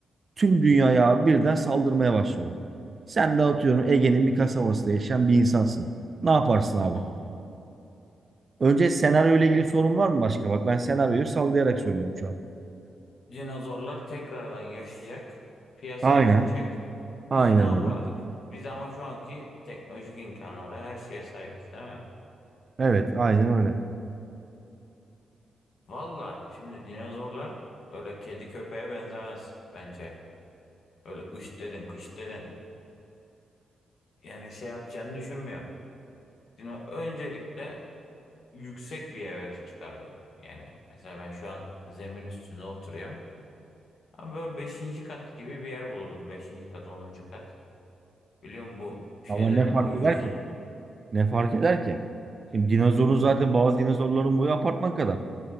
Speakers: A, on the right (about 45°); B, on the left (about 70°).
A: Tüm dünyaya abi birden saldırmaya başlıyorlar. Sen de atıyorum Ege'nin bir kasabasında yaşayan bir insansın. Ne yaparsın abi?
B: O
A: Önce senaryo ile ilgili sorun var mı başka? Bak ben senaryoyu sallayarak söylüyorum şu an.
B: dinozorlar tekrardan yaşayacak, piyasaya
A: Aynen.
B: çıkacak. Biz
A: Aynen
B: ne yapardık?
A: öyle.
B: Biz ama şu anki teknolojik imkanlara her şeye sahibiz, değil mi?
A: Evet, aynen öyle.
B: Valla şimdi dinozorlar öyle kedi köpeğe benzemez bence. Öyle ış dedin, kış dedin. Yani şey yapacağını düşünmüyorum. Dino öncelikle yüksek bir eve çıkardım. Yani mesela ben şu an zemin üstünde oturuyorum. Ama böyle beşinci kat gibi bir yer bulurdum. beşinci kat, onuncu kat. Biliyor musun bu şeylerin
A: Ama ne fark
B: boyu
A: eder
B: uzun.
A: ki? Ne fark eder ki? Şimdi dinozorun zaten bazı dinozorların boyu apartman kadar.